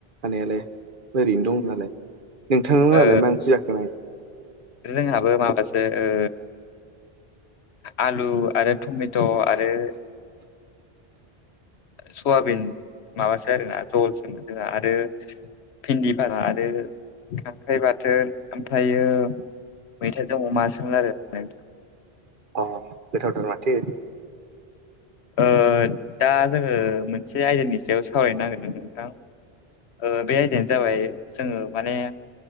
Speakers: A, on the right; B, on the left.
A: हानायालाय, ओरैनो दं नालाय। नोंथां
B: ओ
A: मोनहालाय मा ओंख्रि जाखांनाय?
B: जोंहाबो माबासो ओ आलु आरो टमेट' आरो सयाबिन माबासो आरोना जहलसोमोन आरो भिन्दि भाजा आरो खांख्राइ बाथोन, ओमफ्रायो मैथाजों अमासोमोन आरो नोंथां।
A: अ गोथावथार माथो!
B: ओ दा जोङो मोनसे आयदानि सायाव सावरायनो नागिरदों नोंथां। ओ बे आयदायानो जाबाय जोङो माने